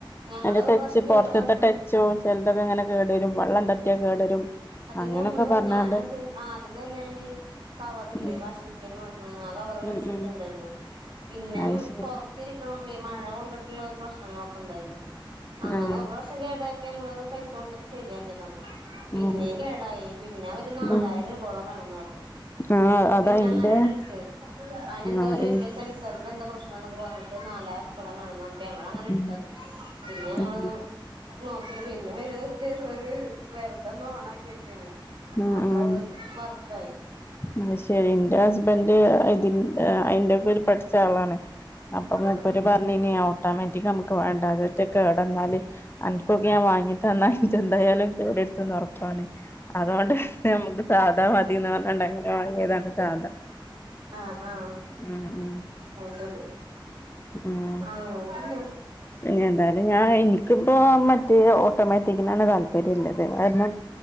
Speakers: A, on the right; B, on the left.
A: ഞങ്ങള്
B: അയ്ന്റെ
A: ഒരു
B: ടെച്ച്
A: പ്രാവശ്യം കേട്
B: പൊറ്ത്തിത്തെ
A: വന്ന്
B: ടെച്ചോ ചെല്തൊക്കെ ഇങ്ങനെ കേട് രും വള്ളം തട്ട്യ കേടരും
A: അതിന്
B: അങ്ങനൊക്കെ
A: നമ്മള്
B: പറഞ്ഞാണ്ട്
A: ഞാനത് ആദ്യം തന്നെ കവറല്ലേ
B: ഉം
A: വാഷിംഗ് മെഷീൻ ആഹ് കവറ് മേടിച്ചിട്ടുണ്ടായിരുന്നു
B: ഉം ഉം
A: പിന്നെ
B: അത് ശരി
A: പൊറത്തിരിക്കണ കൊണ്ടേ മഴ കൊണ്ടിട്ടുള്ള ഒരു പ്രശ്നങ്ങളൊക്കെ ഉണ്ടായിരുന്നു അങ്ങനെ
B: ആഹ്
A: ഒരു വർഷം കേട ഞങ്ങള് പൈസ കൊടുത്തിട്ട് ശരിയാക്കി തന്നു പിന്നേയും
B: ഉം
A: കേടായി പിന്നെ അവര് നാലായിരം
B: ഉം
A: രൂപോളം വേണംന്ന് പറഞ്ഞു
B: ആഹ്
A: അപ്പൊ
B: അതാ
A: പിന്നെ
B: ഇന്റെ
A: അങ്ങനെ ഇട്ട അതിന് എന്തോ
B: ആഹ്
A: വലിയ
B: ഉം
A: സെൻസറിന്റെ എന്തോ പ്രശ്നം എന്നൊക്കെ പറഞ്ഞട്ട് <unintelligible> ഞങ്ങളങ്ങനെ
B: ഉം
A: ഇണ്ടാകും പിന്നെ അങ്ങള്
B: ഉം
A: <unintelligible> പിന്നെ <unintelligible> ദിവസം ഒരു വെറുതെന്ന് ഓണാക്കി വെക്കാണ്
B: ഉം
A: അപ്പൊ
B: ഉം
A: വർക്കായി
B: അത് ശരി ഇന്റെ ഹസ്ബൻ്റ് ഇതി അയിന്റെയൊക്കെ ഒരു പഠിച്ച ആളാണ് അപ്പൊ
A: ആഹ്
B: മുപ്പര് പറഞ്ഞിനി ഓട്ടാ മക്ക് വേണ്ട കേടന്നാൽ അനൊക്കൊക്കെ ഞാൻ വാങ്ങി തന്നാൽ എന്തായാലും കേ ഉറപ്പാണ് അതുകൊണ്ട് നമുക്ക് സാധാ മതിന്ന് പറഞ്ഞുണ്ട വാങ്ങിയതാണ് സാധാ
A: ആഹ് ആഹ്
B: ഉം ഉം
A: അയ് ശരി
B: ഉം
A: ആഹ് അ
B: പിന്നെ എന്തായാലും ഞാൻ എനിക്കിപ്പോ മറ്റേ ഓട്ടോമാറ്റിക്കിനാണ് താല്പര്യംള്ളത് കാരണം